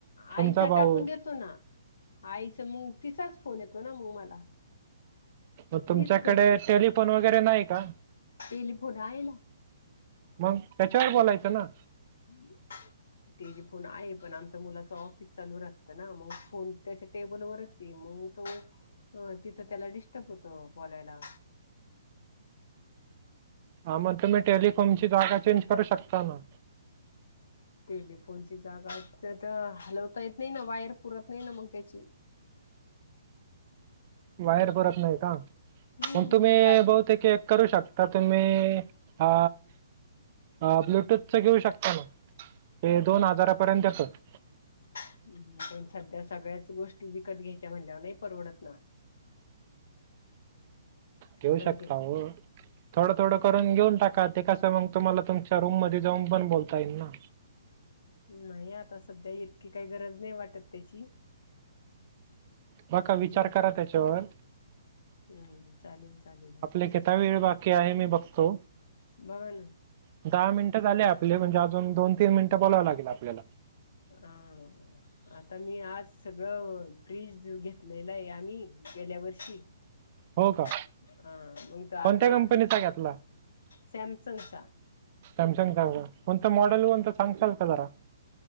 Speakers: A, on the left; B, on the right.
A: आईचा
B: तुमचा भाऊ
A: टाकून दे. तो ना, आईच मग तिचाच फोन येतो. ना मग मला
B: म तुमच्याकडे
A: तीच करते
B: टेलिफोन वगैरे नाही का?
A: टेलिफोन आहे. ना
B: मग त्याच्यावर बोलायचं ना!
A: <inaudible> ते जे फोन आहे पण आमच मुलाच ऑफिस चालू राहतं. ना मग फोन त्याच्या टेबलवरच मग तो तिथं त्याला डिस्टर्ब होतो. बोलायला
B: हा मग तुम्ही टेलिकोम ची जागा चेंज करू शकता ना.
A: टेलीफोनची जागा हलवता येत नाही ना, वायर पुरत नाही ना मग त्याची.
B: वायर पुरत नाही का?
A: हम्म
B: मग तुम्ही,
A: बाय
B: बहुतेक एक करू शकता तुम्ही अ अ ब्लुटूथच घेऊ शकता ना,, ते दोन हजारापर्यंत येतं.
A: हम्म, पण सध्या सगळ्याच गोष्टी विकत घ्यायच्या म्हणल्यावर नाही परवडत ना.
B: घेऊ
A: हो
B: शकता
A: की
B: ओ. थोडं थोडं करून घेऊन टाका, ते कसं मग तुम्हाला तुमच्या रूम मध्ये जाऊन पण बोलता येईल ना.
A: नाही आता सध्या इतकी काई गरज नाही वाटत त्याची.
B: बघा
A: हम्म
B: विचार करा त्याच्यावर.
A: हम्म चालेल चालेल.
B: आपला किता वेळ बाकी आहे मी बघतो,,
A: बघा ना
B: दहा मिनिट झाले आपले म्हणजे अजून दोन तीन मिनिटं बोलावं लागेल आपल्याला.
A: हा आता मी आज सगळं, फ्रीज घेतलेला आहे आम्ही गेल्या वर्षी.
B: हो
A: हा
B: का
A: मग तर आता
B: कोणत्या कंपनीचा घेतला
A: सॅमसंगचा.
B: सॅमसंग चा का, कोणतं मॉडल कोणतं सांगताल का जरा?